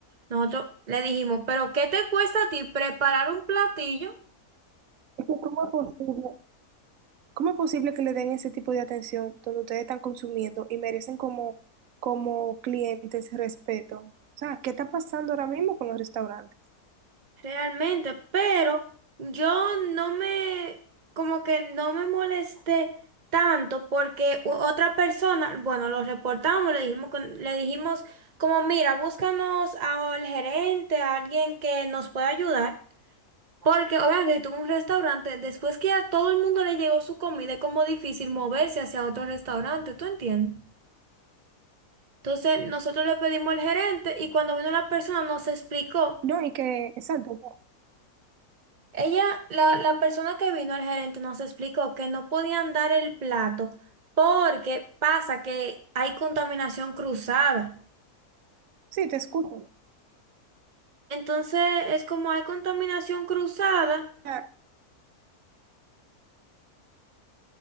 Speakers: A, on the right; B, on the right.
A: Nosotros le dijimos, pero ¿qué te cuesta a ti preparar un platillo?
B: Es que ¿Cómo es posible, cómo es posible que le den ese tipo de atención donde ustedes están consumiendo y merecen como, como clientes respeto? O sea, ¿qué está pasando ahora mismo con los restaurantes?
A: Realmente, pero yo no me, como que no me molesté tanto porque u- otra persona, bueno, lo reportamos, le dijimos, con- le dijimos como, mira, búscanos al gerente, a alguien que nos pueda ayudar. Porque obviamente si tuvo un restaurante, después que a todo el mundo le llegó su comida, es como difícil moverse hacia otro restaurante, ¿tú entiendes? Entonces nosotros le pedimos al gerente y cuando vino la persona nos explicó,
B: No, y que, exacto,
A: ella, la, la persona que vino al gerente nos explicó que no podían dar el plato porque pasa que hay contaminación cruzada.
B: sí, te escucho. O
A: Entonces es como hay contaminación cruzada.
B: sea,